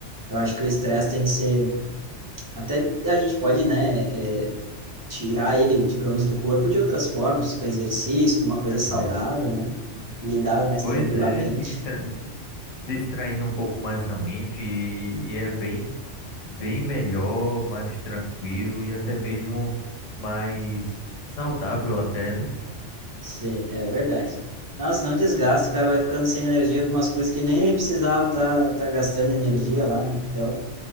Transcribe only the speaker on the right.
eu acho que o estresse tem que ser, até a gente pode, né, é, tirar ele, digamos, do corpo de outras formas, com exercício, com uma coisa
saudável, né? Lidar mais
tranquilamente.
Sim, é verdade. Nossa, não desgasta, o cara vai ficando sem energia com umas coisas que nem precisava tá, tá gastando energia lá, né? Então,